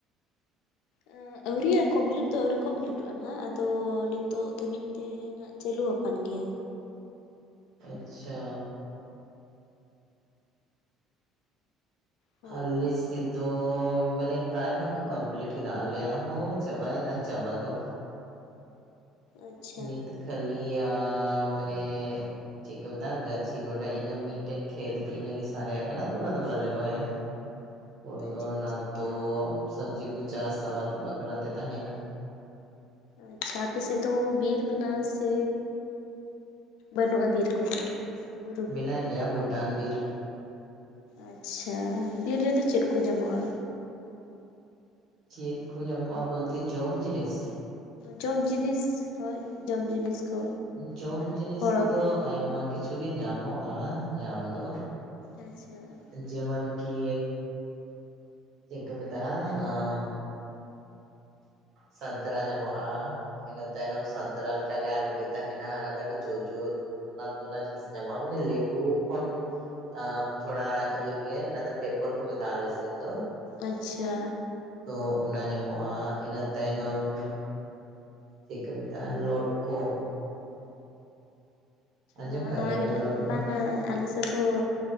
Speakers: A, on the left; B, on the right.
A: ᱟᱺ ᱟᱹᱣᱨᱤᱭᱟᱜ ᱠᱚᱢᱯᱞᱤᱴ ᱫᱚ ᱟᱹᱣᱨᱤ ᱠᱚᱢᱯᱞᱤᱴᱚᱜᱼᱟ ᱱᱟᱦᱟᱜ ᱟᱫᱚ ᱱᱤᱛᱚᱜ ᱫᱷᱟᱹᱵᱤᱡ ᱛᱮ ᱪᱟᱹᱞᱩ ᱣᱟᱠᱟᱱ ᱜᱮᱭᱟ
B: ᱟᱪᱪᱷᱟ
A: ᱦᱳᱭ
B: ᱟᱞᱞᱤᱥ ᱥᱮᱫ ᱫᱚ ᱢᱟᱱᱮ ᱯᱨᱟᱭ ᱵᱷᱟᱜᱽ ᱠᱚ ᱠᱚᱢᱯᱞᱤᱴ ᱠᱮᱫᱟ ᱟᱞᱮᱭᱟᱜ ᱦᱚᱸ ᱪᱟᱵᱟᱭᱮᱱᱟ ᱪᱟᱵᱟ ᱫᱚ
A: ᱟᱪᱪᱷᱟ
B: ᱱᱤᱛ ᱠᱷᱟᱹᱞᱤᱭᱟ ᱢᱟᱱᱮ ᱪᱤᱠ ᱠᱚ ᱢᱮᱛᱟᱜ-ᱟ ᱜᱟᱪᱷᱤ ᱜᱚᱰᱟ ᱤᱱᱟ ᱢᱤᱫᱴᱮᱱ ᱠᱷᱮᱛ ᱜᱮ ᱥᱟᱨᱮᱡ ᱟᱠᱟᱱᱟ ᱤᱱᱟᱹ ᱫᱚ ᱵᱟᱞᱮ ᱨᱚᱦᱭᱟ ᱦᱳᱲᱩ
A: ᱟᱪᱪᱷᱟ
B: ᱫᱚ ᱚᱱᱟ
A: ᱟᱪᱪᱷᱟ
B: ᱛᱳᱫ ᱥᱚᱵᱡᱤ ᱠᱚ ᱪᱟᱥ ᱟᱵᱟᱫ ᱵᱟᱠᱷᱨᱟ ᱛᱮ ᱛᱟᱦᱮᱱᱟ
A: ᱟᱪᱪᱷᱟ ᱟᱯᱮ ᱥᱮᱫ ᱫᱚ ᱵᱤᱨ ᱢᱮᱱᱟᱜ-ᱟ ᱥᱮ ᱵᱟᱹᱱᱩᱜᱼᱟ ᱵᱤᱨ ᱠᱚᱫᱚ ᱵᱩᱨᱩ ᱠᱚ
B: ᱢᱮᱱᱟᱜ ᱜᱮᱭᱟ ᱵᱳᱴᱟᱱ ᱵᱤᱨ
A: ᱟᱪᱪᱷᱟ ᱵᱤᱨ ᱨᱮᱫᱚ ᱪᱮᱫ ᱠᱚ ᱧᱟᱢᱚᱜᱼᱟ
B: ᱪᱮᱫ ᱠᱚ ᱧᱟᱢᱚᱜᱼᱟ ᱵᱚᱞᱛᱮ ᱡᱚᱢ ᱡᱤᱱᱤᱥ
A: ᱡᱚᱢ ᱡᱤᱱᱤᱥ ᱦᱳᱭ ᱡᱚᱢ ᱡᱤᱱᱤᱥ ᱠᱚ
B: ᱡᱚᱢ ᱡᱤᱱᱤᱥ
A: ᱦᱳᱲᱳ
B: ᱠᱚᱫᱚ
A: ᱠᱚ
B: ᱟᱭᱢᱟ ᱠᱤᱪᱷᱩ ᱜᱮ ᱧᱟᱢᱚᱜᱼᱟ ᱧᱟᱢ ᱫᱚ
A: ᱟᱪᱪᱷᱟ
B: ᱡᱮᱢᱚᱱ ᱠᱤ ᱪᱮᱫ ᱠᱚ ᱢᱮᱛᱟᱜᱼᱟ ᱟᱢ ᱥᱟᱱᱛᱟᱨᱟ ᱧᱟᱢᱚᱜᱼᱟ ᱤᱱᱟᱹ ᱛᱟᱭᱱᱚᱢ ᱥᱟᱱᱛᱟᱨᱟ ᱞᱮᱠᱟᱜᱮ ᱟᱨ ᱢᱤᱫᱴᱮᱱ ᱛᱟᱦᱮᱱᱟ ᱚᱱᱟ ᱫᱚ ᱟᱹᱰᱤ ᱡᱳ ᱡᱳ ᱟᱵ ᱚᱱᱟ ᱡᱤᱱᱤᱥ ᱧᱟᱢᱚᱜᱼᱟ ᱢᱟᱱᱮ ᱞᱮᱵᱩ ᱠᱷᱚᱱ ᱟᱵ ᱛᱷᱚᱲᱟ ᱤᱭᱟᱹ ᱜᱮᱭᱟ ᱚᱱᱟ ᱫᱚ ᱴᱮᱯᱚᱞ ᱠᱚ ᱢᱮᱛᱟᱜ ᱟᱞᱮᱥᱮᱫ ᱫᱚ
A: ᱟᱪᱪᱷᱟ
B: ᱛᱚ ᱚᱱᱟ ᱧᱟᱢᱚᱜᱼᱟ ᱤᱱᱟᱹ ᱛᱟᱭᱱᱚᱢ ᱪᱮᱫ ᱠᱚ ᱢᱮᱛᱟᱜᱼᱟ ᱞᱚᱴᱠᱚ ᱟᱸᱡᱚᱢ
A: ᱱᱟᱣᱟ
B: ᱠᱟᱜ
A: ᱱᱟᱣᱟ
B: ᱜᱮᱭᱟᱵᱮᱱ
A: ᱜᱮᱰᱷᱟᱜ
B: ᱞᱚᱴᱠᱚ
A: ᱵᱟᱝ ᱟ ᱟᱞᱮᱥᱮᱫ ᱫᱚ